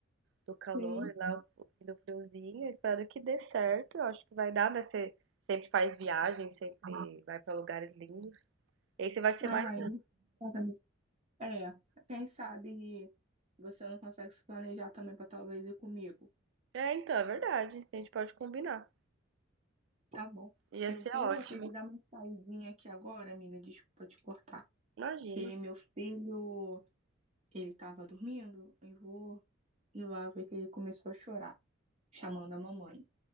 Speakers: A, on the right (about 60°); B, on the right (about 35°).
A: do calor
B: Sim.
A: e lá do friozinho. Eu Espero que dê certo. Eu acho que vai dar, né? Você sempre faz viagem, sempre vai pra lugares lindos. Esse vai ser
B: Ai,
A: mais.
B: exatamente. É, quem sabe você não consegue se planejar também para talvez ir comigo.
A: um. É, então, é verdade. A gente pode combinar.
B: Tá bom.
A: Ia
B: Eu
A: ser
B: vou
A: ótimo.
B: ter que dar uma saidinha aqui agora, amiga. Desculpa te cortar.
A: Imagino.
B: Que meu filho, ele tava dormindo. Eu vou ir lá ver que ele começou a chorar. chamando a mamãe,